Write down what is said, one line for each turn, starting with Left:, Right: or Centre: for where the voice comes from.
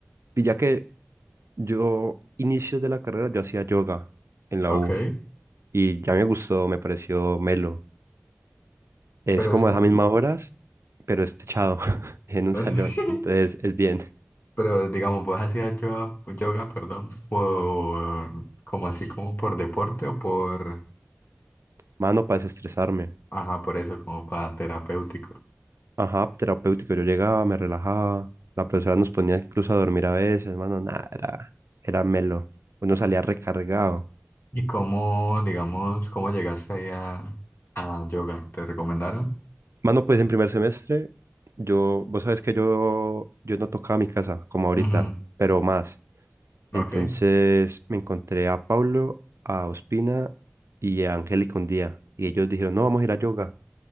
Right: Y ya que yo, inicios de la carrera, yo hacía yoga en la
Left: Ok,
Right: U. Y ya me gustó, me pareció melo. Es
Left: pero,
Right: como
Left: es-
Right: esas mismas horas, pero es techado <laughs> en un
Left: es-
Right: salón.
Left: <laughs>
Right: Entonces es bien.
Left: pero digamos, pues hacía yoga, yoga, perdón, por, como así como por deporte o por,
Right: Mano, para desestresarme.
Left: ajá, por eso, como para terapéutico.
Right: Ajá, terapéutico. Yo llegaba, me relajaba. La profesora nos ponía incluso a dormir a veces, mano. Nada, era, era melo. Uno salía recargado.
Left: ¿Y cómo, digamos, cómo llegaste ahí a, a yoga? ¿Te recomendaron?
Right: Mano, pues en primer semestre, yo, vos sabes que yo, yo no tocaba mi casa como ahorita,
Left: Ujú,
Right: pero más.
Left: Ok.
Right: Entonces me encontré a Pablo, a Ospina y a Angélica un día. Y ellos dijeron, no, vamos a ir a yoga.